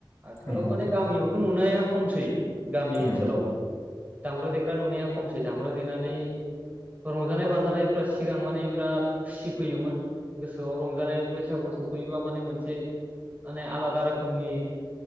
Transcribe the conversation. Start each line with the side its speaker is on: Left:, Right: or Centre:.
Right: आथिखालाव
Left: नोंथां औ नोंथां
Right: माने गामियावथ' नुनाया खमसै गामि
Left: औ
Right: ओनसोलाव दामग्रा नायख खमसै दामग्रा देनानै रंजानाय बाजानायफ्रा सिगां माने बिराद खुसि फैयोमोन गोसोआव रंजानाय बैसागु सफैयोब्ला माने मोनसे माने आलादा रोखोमनि